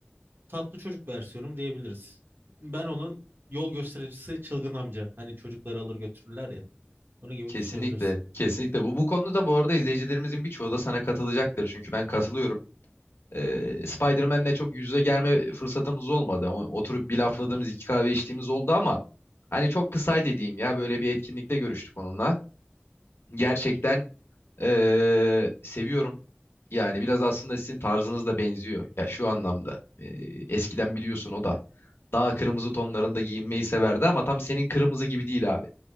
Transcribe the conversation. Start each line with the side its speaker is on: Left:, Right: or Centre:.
Right: tatlı çocuk versiyonum diyebiliriz. Ben onun yol göstericisi çılgın amca. Hani çocukları alır götürürler ya. Onun gibi
Left: Kesinlikle,
Right: düşünebilirsin.
Left: kesinlikle bu. Bu konuda bu arada izleyicilerimizin birçoğu da sana katılacaktır. Çünkü ben katılıyorum. Ee, Spider-Man'le çok yüz yüze gelme fırsatımız olmadı. O- Oturup bir lafladığımız, iki kahve içtiğimiz oldu ama hani çok kısaydı diyeyim ya. Böyle bir etkinlikte görüştük onunla. Gerçekten ee, seviyorum. Yani biraz aslında sizin tarzınız da benziyor. Ya şu anlamda. Ee, eskiden biliyorsun o da daha kırmızı tonlarında giyinmeyi severdi ama tam senin kırmızı gibi değil abi.